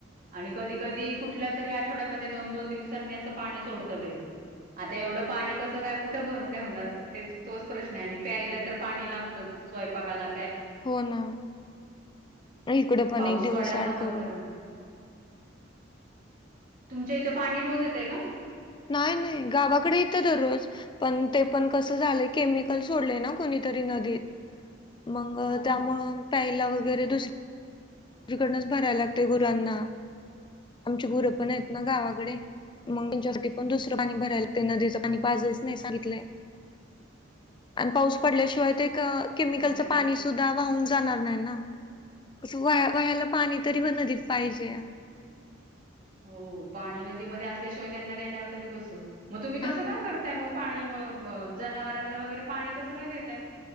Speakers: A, on the right; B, on the left.
A: आणि कधी कधी कुठल्या तरी आठवड्यामध्ये दोन दोन दिवसांनी असं पाणी सोडताते आता एवढं पाणी कसं काय कुठं भरून ठेवणार तेच तोच प्रश्न आहे. आणि प्यायला तर पाणी लागतच स्वय पाकाला
B: हो ना इकड पण
A: पाऊस
B: एक दिवसा
A: पडायला
B: आड
A: हवा
B: करून
A: खरं तुमच्या इथे पाणी रोज येतय का?
B: नाही नाही गावाकड येतं दररोज पण ते पण कसं झालय केमिकल सोडलय ना कोणीतरी नदीत मंग
A: हा
B: त्यामुळं प्यायला वगैरे दुस रीकडनच भरायला लागते गुरांना आमची गुरं पण आहेत. ना गावाकडे मग त्यांच्यासाठी पण दुसरं पाणी भरायला लागतय नदीच पाणी पाजच नाय सांगितलंय आणि पाऊस पडल्याशिवाय ते त केमिकलच
A: वगैरे
B: पाणी
A: प्या
B: सुध्या वाहून जाणार नाय ना असं वाया - वाह्याला पाणी तरी व नदीत पाहिजे
A: हो पाणी नदीमध्ये असल्याशिवाय त्यांना देणार तरी कसं? मग तुम्ही कसं
B: हां ना.
A: काय करताय म पाणी अ व जनावरांना वगैरे पाणी कसं काय देताय